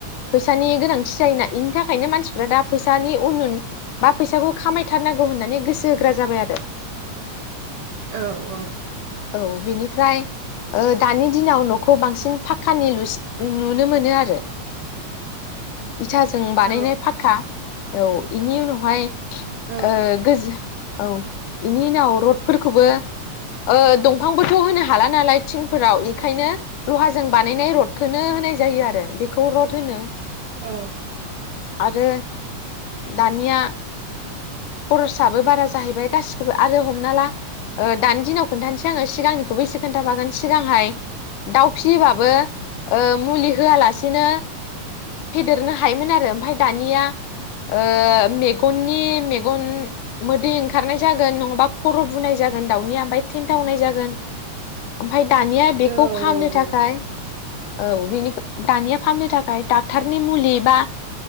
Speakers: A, on the left; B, on the right.
A: फैसानि गोनांथि जायोना इनि थाखायनो मानसिफ्रा दा फैसानि उन उन बा फैसाखौ खामायथारनांगौ होननानै गोसो होग्रा जाबाय आरो।
B: औ औ।
A: औ बिनिफ्राय ओ दानि दिनाव न खौ बांसिन फाखकानि लुसिन नुनो मोनो आरो। इथाजों बानायनाय
B: औ
A: फाक्का। औ इनि उनावहाय
B: औ
A: ओ गोज औ इनि उनाव रडफोरखौबो ओ दंफांबोथ' होनो हाला नालाय थिंफोराव इखायनो लहाजों बानायनाय रदखौनो होनाय जायो आरो बेखौ रड होनो।
B: औ।
A: आरो दानिया खरसाबो बारा जाहैबाय गासिखौबो आरो हमना ला ओ दानि दिनाव खोन्थानोसै आङो सिगांनिखौबो एसे खोनथाफागोन सिगांहाय दाउ फिबाबो ओ मुलि होआलासेनो फेदेरनो हायोमोन आरो ओमफाय दानिया ओ मेगननि मेगन मेगन मोदै ओंखारनाय जागोन नङाबा खर' बुनाय जागोन दाउनिआ ओमफ्राय थेनथावनाय जागोन। ओमफाय दानिया बेखौ
B: औ
A: फाहामनो थाखाय औ बेनिखो दानिया फाहामनो थाखाय डाक्टरनि मुलि बा